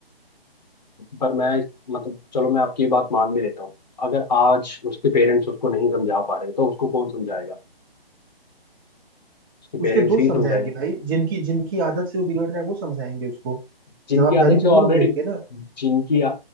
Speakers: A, on the left (about 45°); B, on the right (about 20°).
A: पर मैं मतलब चलो मैं आपकी ये बात मान भी लेता हूँ अगर आज उसके पेरेंट्स उसको नहीं समझा पा रहे तो उसको कौन समझाएगा उसके
B: उसके
A: पेरेंट्स
B: दोस्त
A: ही
B: समझाएंगे
A: समझाएंगे
B: भाई जिनकी जिनकी आदत से वो बिगड़ रहा है वो समझाएंगे उसको
A: जिनकी
B: जवाबदारी
A: आदत
B: तो
A: से ऑलरेडी
B: वो लोग लेंगे ना
A: जिनकी आ,